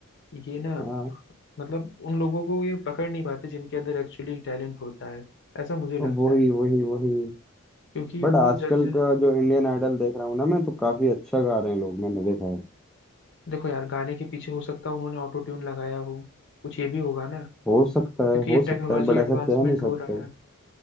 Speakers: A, on the left (about 55°); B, in the centre.
A: ये ना
B: हाँ
A: मतलब उन लोगों को ये पकड़ नहीं पाते जिनके अंदर एक्चुअली टैलेंट होता है ऐसा मुझे लगता
B: वही
A: है
B: वही वही
A: क्योंकि
B: बट
A: वो
B: आजकल
A: जो जज
B: का जो इंडियन आइडल देख रहा हूँ ना मैं तो काफी अच्छा गा रहे हैं लोग मैंने देखा है
A: देखो यार गाने के पीछे हो सकता है उन्होंने ऑटो ट्यून लगाया हो कुछ ये भी होगा ना
B: हो सकता
A: क्योंकि
B: है हो
A: ये टेक्नोलॉजी
B: सकता है बट
A: एडवांसमेंट
B: ऐसा कह नहीं सकते
A: हो रहा है